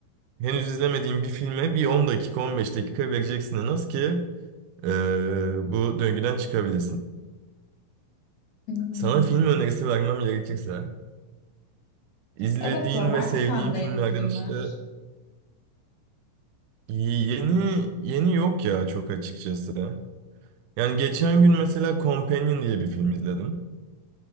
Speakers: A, on the right; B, on the left.
A: Henüz izlemediğin bir filme bir 10 dakika 15 dakika vereceksin en az ki eee, bu döngüden çıkabilesin.
B: Hmm.
A: Sana film önerisi vermem gerekirse izlediğin
B: Evet ya var
A: ve sevdiğin
B: mı sende
A: filmlerden
B: yeni filmler?
A: işte yeni yeni yok ya çok açıkçası. Yani geçen gün mesela Companion diye bir film izledim.